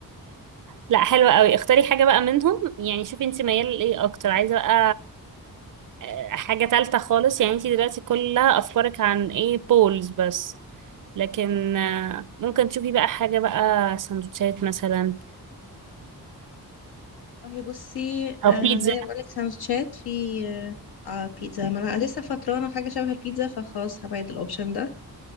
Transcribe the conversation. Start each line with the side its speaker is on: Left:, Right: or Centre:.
Right: لا حلوة قوي اختاري حاجة بقى منهم يعني شوفي انت ميال لايه اكتر عايزة بقى آه، حاجة تالتة خالص يعني انت دلوقتي كل افكارك عن ايه بولز بس لكن آه، ممكن تشوفي بقى حاجة بقى سندوتشات مثلا
Left: هي بصي آه
Right: او بيتزا
Left: زي ما بقولك سندوتشات في آه آه، بيتزا ما انا لسه فطرانه حاجه شبه البيتزا فخلاص هبعد الاوبشن ده